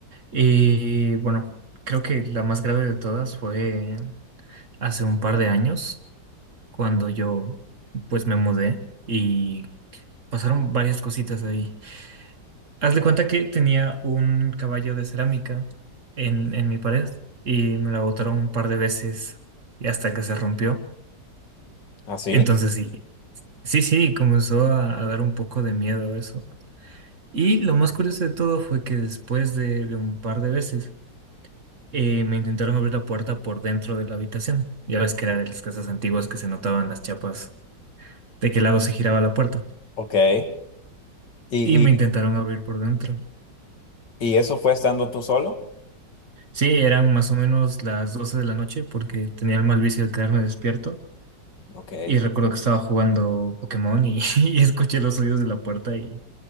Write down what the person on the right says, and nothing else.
Y bueno, creo que la más grave de todas fue hace un par de años, cuando yo pues me mudé y pasaron varias cositas ahí. Haz de cuenta que tenía un caballo de cerámica en, en mi pared y me la botaron un par de veces y hasta que se rompió.
Entonces sí, sí, sí, comenzó a a dar un poco de miedo eso. Y lo más curioso de todo fue que después de, de un par de veces eh, me intentaron abrir la puerta por dentro de la habitación. Ya ves que era de las casas antiguas que se notaban las chapas de qué lado se giraba la puerta.
Y me intentaron abrir por dentro.
Sí, eran más o menos las 12 de la noche porque tenía el mal vicio de quedarme despierto.
Y recuerdo que estaba jugando Pokémon y, <laughs> y escuché los sonidos de la puerta y,